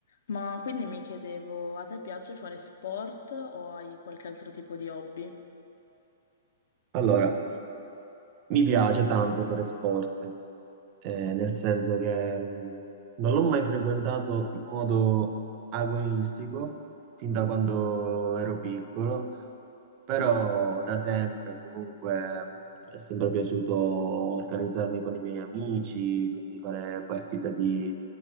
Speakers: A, on the left; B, on the right.
A: Ma quindi mi chiedevo, a te piace fare sport o hai qualche altro tipo di hobby?
B: Allora, mi piace tanto fare sport, eh, nel senso che mh, non l'ho mai frequentato in modo agonistico fin da quando ero piccolo, però da sempre comunque mi è sempre piaciuto organizzarmi con i miei amici, quindi fare partite di